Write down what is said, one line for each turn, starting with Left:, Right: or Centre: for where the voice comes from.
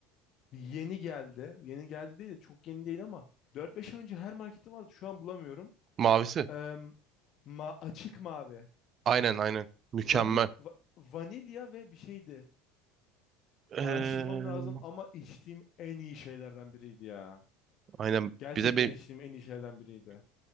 Left: yeni geldi. Yeni geldi değil de çok yeni değil ama dört beş ay önce her markette vardı. Şu an bulamıyorum.
Right: Mavisi.
Left: Ee, ma açık mavi.
Right: Aynen aynen. Mükemmel.
Left: Vanil va- vanilya ve bir şeydi.
Right: Ee,
Left: Araştırmam lazım ama içtiğim en iyi şeylerden biriydi ya.
Right: aynen.
Left: Gerçekten
Right: Bir de, benim,
Left: içtiğim en iyi şeylerden biriydi.